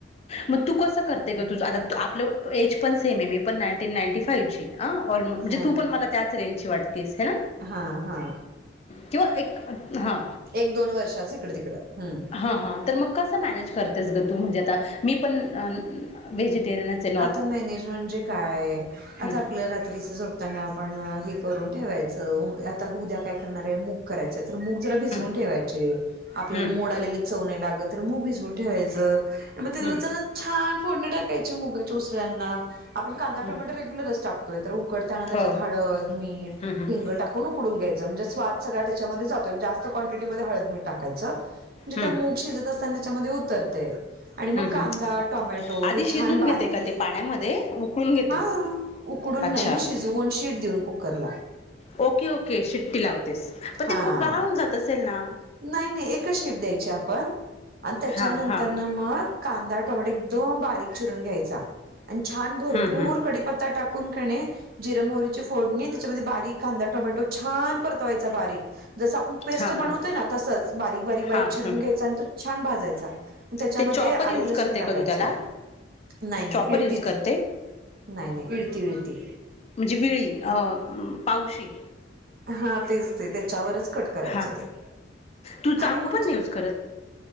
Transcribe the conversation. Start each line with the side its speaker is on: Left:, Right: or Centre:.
Left: मग तू कसं करते ग? तुझ आता आपलं एज पण सेम आहे मी पण नाटीन नाटी फाईव्हचीय अ ऑलमो म्हणजे
Right: हा
Left: तू पण मला त्याच रेंजची वाटतेस हो ना?
Right: हा हा
Left: किंवा एक हां
Right: एक दोन वर्षाच इकडं तिकडं हम्म
Left: हां हां तर मग कसं मॅनेज करतेस ग तू? म्हणजे आता मी पण व्हेजीटेरिनचय
Right: आता मॅनेज म्हणजे काय? आता
Left: हम्म
Right: आपलं रात्रीच झो त्यांना आपण हे करून ठेवायचं आता उद्या काय करणारय मूग करायच तर मूग जला भिजवून
Left: हम्म
Right: ठेवायचे आपल्याला
Left: हम्म
Right: मोड आलेले चव नाय लागत तर मूग भिजवून ठेवायचं. मग तिला
Left: हम्म
Right: जर छान फोडणी टाकायची मुगाच्या उसळ्यांना आपण कांदा
Left: हम्म
Right: टोमॅटो रेग्युलरच टाक उकडताना त्याच्यात
Left: हो.
Right: हळद मीठ
Left: हम्म हम्म
Right: हिंग टाक कून उकडून घ्यायं म्हणजे स्वाद सगळ्या त्याच्यामध्ये जातोय जास्त क्वांटिटीमध्ये हळद मीठ टाकायचं. म्हणजे
Left: हम्म
Right: त्या मूग शिजत असताना त्याच्यामध्ये उतरतय आणि मग
Left: हम्म
Right: कांदा
Left: हम्म
Right: टोमॅटो
Left: आधी
Right: हे
Left: शिजून
Right: छान बारीक
Left: घेते का ते पाण्यामध्ये उकळून घेतेस?
Right: हा उकडून
Left: अच्छा
Right: नाही शिजवून शीट देऊन कुकरला
Left: ओके, ओके शिट्टी लावतेस.
Right: हा
Left: पण ते <unintelligible> जात असेल ना?
Right: नाही नाही एकच शीट द्यायची आपण आणि त्याच्यानंतर
Left: हां हां
Right: ना मग कांदा टोमॅट एकदम बारीक चिरून घ्यायचा आणि छान भरपूर
Left: हं हं
Right: कडीपत्ता टाक कून कने जिरम मोरीची फोडणी त्याच्यामध्ये बारीक कांदा टोमॅटो छान परतवायचा बारीक जस आपण पेस्ट
Left: हां हां
Right: बनवतोय ना तसंच बारीक बारीक बारीक
Left: हां
Right: चिरून
Left: हं
Right: घ्यायच आणि तो छान भाजायचा त्याच्यामध्ये
Left: ते चॉपर
Right: आले
Left: यूज
Right: लसण
Left: करते
Right: टाकायचं
Left: का तू त्याला
Right: नाही नाही
Left: चॉपर
Right: इळतीच
Left: यूज करते
Right: नाही नाही इळती इळती
Left: म्हणजे विळी पावशी?
Right: हा तेच ते त्याच्यावरचं कट करायच
Left: हां
Right: ते
Left: तू चाकू
Right: आणि मग?
Left: पण नाही यूज करत